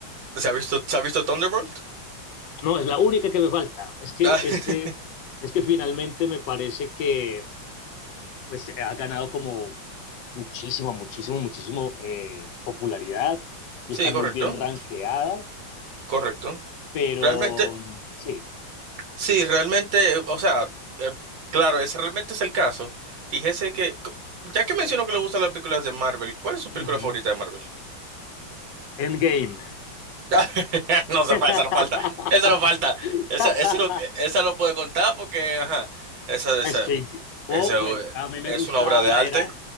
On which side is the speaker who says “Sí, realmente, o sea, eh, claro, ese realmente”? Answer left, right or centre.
Right